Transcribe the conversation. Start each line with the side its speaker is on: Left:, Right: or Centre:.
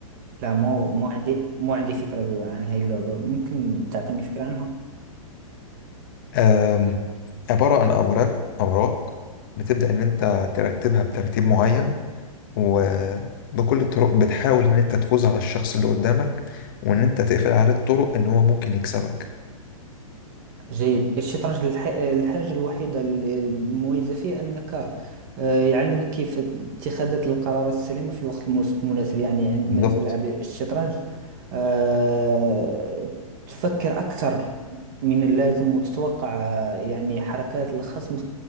Right: لا مو مو عندي مو عندي فكرة عن هاي اللعبة ممكن تعطيني فكرة عنها؟
Left: آم، عبارة عن أوراق أوراق بتبدأ إن أنت ترتبها بترتيب معين وبكل الطرق بتحاول إن أنت تفوز على الشخص اللي قدامك وإن أنت تقفل عليه الطرق إن هو ممكن يكسبك
Right: جيد الشطرنج الح... الحاجة الوحيدة ال- المميزة فيه أنك آه، يعلمك كيف اتخاذ القرارات السليمة في الوقت المس- المناسب يعني عندما
Left: بالظبط
Right: تلعب الشطرنج آه، تفكر أكثر من اللازم وتتوقع آه، يعني حركات الخصم